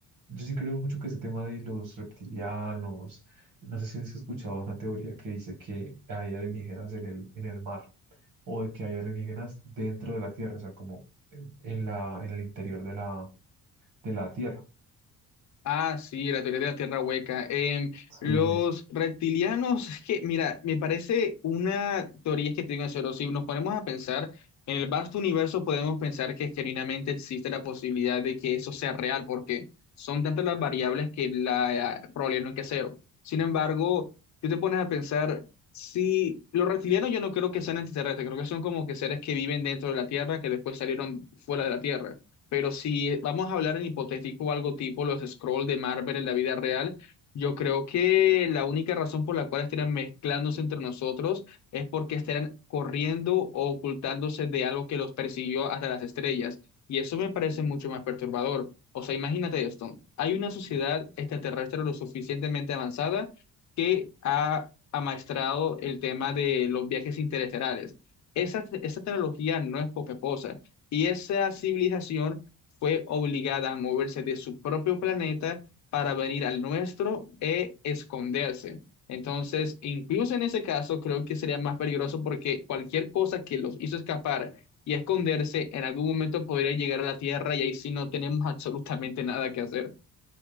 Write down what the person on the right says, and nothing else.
Yo sí creo mucho que ese tema de los reptilianos, no sé si has escuchado una teoría que dice que hay alienígenas en el, en el mar o de que hay alienígenas dentro de la Tierra, o sea, como en en la, en el interior de la, de la Tierra.
Sí.